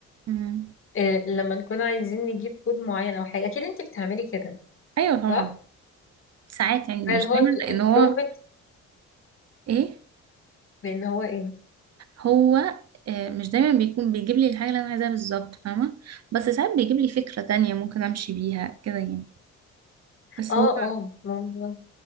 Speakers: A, on the right (about 55°); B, on the left (about 45°).
A: مم.
B: إيه، لما نكون عايزين نجيب كود معين أو حاجة أكيد أنت بتعملي كده
A: ايوه طبعا
B: صح؟
A: ساعات يعني مش
B: اللي هو
A: دايما لان
B: البرومبت
A: هو ايه
B: بإن هو إيه؟
A: هو آه، مش دايما بيكون بيجيب لي الحاجه اللي انا عايزاها بالظبط فاهمه بس ساعات بيجيب لي فكره تانية ممكن امشي بيها كده يعني بس
B: اه
A: هو
B: اه ممكن.